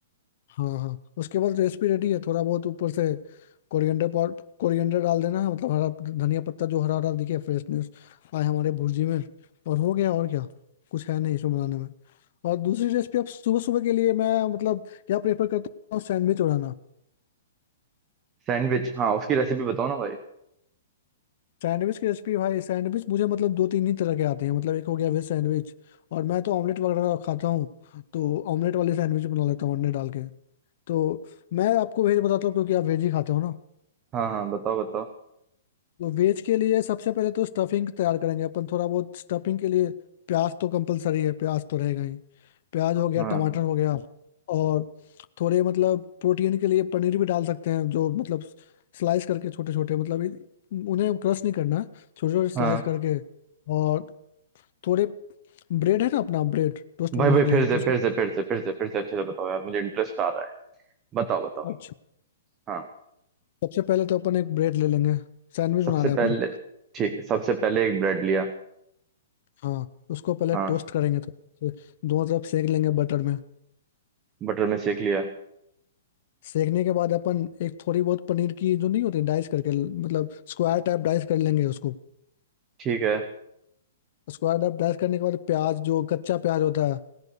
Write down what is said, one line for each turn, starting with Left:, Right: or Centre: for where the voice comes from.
Left: हाँ हाँ उसके बाद रेसिपी रेडी है थोड़ा बहुत ऊपर से कोरिएंडर पाउडर कोरिएंडर डाल देना है मतलब हरा धनिया पत्ता जो हरा हरा दिखे फ्रेशनेस आए हमारे भुर्जी में और हो गया और क्या कुछ है नहीं इसमें बनाने में और दूसरी रेसिपी आप सुबह सुबह के लिए मैं मतलब क्या प्रेफर करता हूँ सैंडविच बनाना
Right: सैंडविच हाँ उसकी रेसिपी बताओ ना भाई
Left: सैंडविच की रेसिपी भाई सैंडविच मुझे मतलब दो तीन ही तरह के आते हैं मतलब एक हो गया वेज सैंडविच और मैं तो ऑमलेट वगैरह खाता हूँ तो ऑमलेट वाले सैंडविच बना लेता हूँ अंडे डाल के तो मैं आपको वेज बताता हूँ क्योंकि आप वेज ही खाते हो
Right: हाँ हाँ बताओ बताओ
Left: तो वेज के लिए सबसे पहले तो स्टफिंग तैयार करेंगे अपन थोड़ा बहुत स्टफिंग के लिए प्याज तो कंपलसरी है प्याज तो रहेगा ही प्याज हो गया
Right: हाँ
Left: टमाटर हो गया और थोड़े मतलब प्रोटीन के लिए पनीर भी डाल सकते हैं जो मतलब स्लाइस करके छोटे छोटे मतलब इन- उन्हें क्रश नहीं करना छोटे छोटे स्लाइस
Right: हाँ
Left: करके और थोड़े ब्रेड है ना अपना ब्रेड टोस्ट बनाने
Right: भाई भाई
Left: के लिए
Right: फिर
Left: तो
Right: से
Left: उसको
Right: फिर से फिर से फिर से फिर से अच्छे से बताओ यार मुझे इंटरेस्ट आ रहा है बताओ बताओ
Left: अच्छा
Right: हाँ
Left: सबसे पहले तो अपन एक ब्रेड ले लेंगे सैंडविच
Right: सबसे
Left: बना रहे हैं
Right: पहले
Left: अपन
Right: ठीक है सबसे पहले एक ब्रेड लिया
Left: हाँ उसको पहले
Right: हाँ
Left: टोस्ट करेंगे तो दोनों तरफ सेक लेंगे बटर में
Right: बटर में सेक लिया
Left: सेकने के बाद अपन एक थोड़ी बहुत पनीर की जो नहीं होती डाइस करके मतलब स्क्वायर टाइप डाइस कर लेंगे उसको
Right: ठीक है
Left: स्क्वायर टाइप डाइस करने के बाद प्याज जो कच्चा प्याज होता है